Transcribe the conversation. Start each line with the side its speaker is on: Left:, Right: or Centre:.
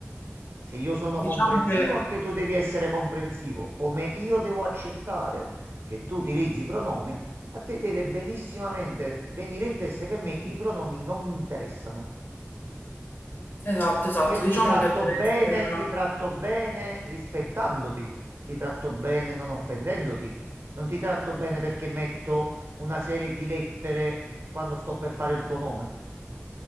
Right: Se io sono
Left: Diciamo
Right: comprensivo,
Left: che,
Right: anche tu devi essere comprensivo. Come io devo accettare che tu utilizzi i pronomi, a te deve benissimamente venire in testa che a me i pronomi non mi interessano.
Left: esatto, esatto,
Right: Io
Left: diciamo
Right: ti tratto
Left: che deve
Right: bene,
Left: essere una
Right: ti tratto bene rispettandoti, ti tratto bene non offendendoti, non ti tratto bene perché metto una serie di lettere quando sto per fare il tuo nome.